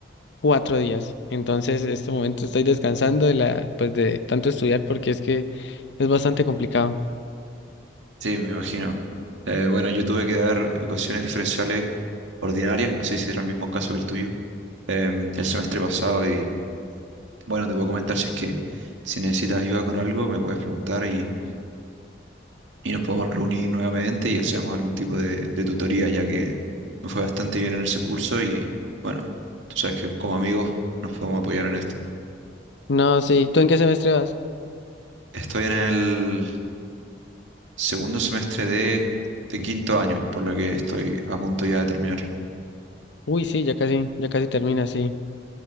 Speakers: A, on the left; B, on the right.
A: cuatro días. Entonces, en este momento estoy descansando de la, pues de tanto estudiar porque es que es bastante complicado.
B: Sí, me imagino. Eh, bueno, yo tuve que dar ecuaciones diferenciales ordinarias, no sé si era el mismo caso que el tuyo. em, el semestre pasado y bueno, te puedo comentar si es que si necesitas ayuda con algo, me puedes preguntar y, y nos podemos reunir nuevamente y hacemos algún tipo de, de tutoría, ya que me fue bastante bien en ese curso y bueno, tú sabes que como amigos nos podemos apoyar en esto.
A: No, sí. ¿Tú en qué semestre vas?
B: Estoy en el segundo semestre de, de quinto año, por lo que estoy a punto ya de terminar.
A: Uy, sí, ya casi, ya casi termina, sí.